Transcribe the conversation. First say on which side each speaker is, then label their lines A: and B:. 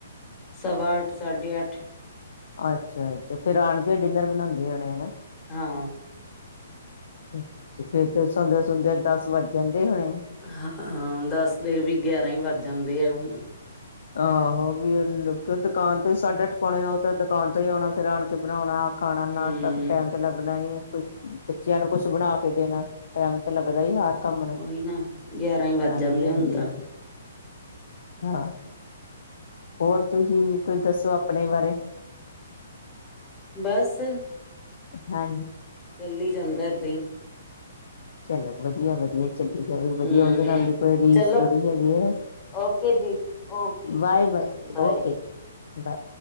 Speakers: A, on the left; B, on the left.
A: ਸਵਾ ਅੱਠ, ਸਾਢੇ ਅੱਠ
B: ਅੱਛਾ-ਅੱਛਾ ਫੇਰ ਆਣ ਕੇ ਡਿਨਰ ਬਣਾਦੇ ਹੋਣੇ ਨਾ।
A: ਹਾਂ।
B: ਅੱਛਾ ਫੇਰ ਤਾਂ ਸੌਦਿਆਂ-ਸੌਦਿਆਂ ਦਸ ਵੱਜ ਜਾਂਦੇ ਹੋਣੇ ਆ।
A: ਹਾਂ ਦਸ ਦੇ ਵੀ ਗਿਆਰਾਂ ਈ ਵੱਜ ਜਾਂਦੇ ਆ ਹੁਣ।
B: ਆਹੋ ਵੀ ਦੁਕਾਨ ਤੋਂ ਹੀ ਸਾਢੇ ਅੱਠ ਪਉਣੇ ਨੋ ਤੋਂ ਤੇ ਦੁਕਾਨ ਤੋਂ ਹੀ ਆਉਣਾ ਫੇਰ ਆਣ ਕੇ ਬਣਾਉਣਾ। ਖਾਣਾ ਨਾਸ਼ਤਾ
A: ਹਮ
B: ਤੇ ਟਾਈਮ ਤੇ ਲੱਗਣਾ ਹੀ ਹੈ। ਬੱਚਿਆਂ ਨੂੰ ਕੁੱਛ ਬਣਾ ਕੇ ਦੇਣਾ, ਟਾਈਮ ਤਾਂ ਲੱਗਦਾ ਹੀ ਹੋਰ। ਕੰਮ ਨੂੰ।
A: ਉਹੀ ਨਾ ਗਿਆਰਾਂ ਹੀ ਵੱਜ
B: ਹਾਂਜੀ
A: ਜਾਂਦੇ
B: -ਹਾਂਜੀ,
A: ਹੁਣ ਤਾਂ
B: ਹਾਂ। ਹੋਰ ਤੁਸੀਂ ਕੁਝ ਦੱਸੋ ਆਪਣੇ ਬਾਰੇ?
A: ਬਸ।
B: ਹਾਂਜੀ।
A: ਚੱਲ ਹੀ ਜਾਂਦਾ ਇੱਦਾਂ ਹੀ।
B: ਚਲੋ ਵਧੀਆ- ਵਧੀਆ ਚੱਲ ਜਾਵੇ ਵਧੀਆ
A: ਹਮ
B: ਉਹਦੇ ਨਾਲ ਦੀ ਕੋਈ ਰੀਸ
A: ਚਲੋ
B: ਥੋੜੀ ਹੈਗੀ ਆ।
A: ਓਕੇ ਜੀ okay
B: bye -bye,
A: okay bye
B: okay, bye.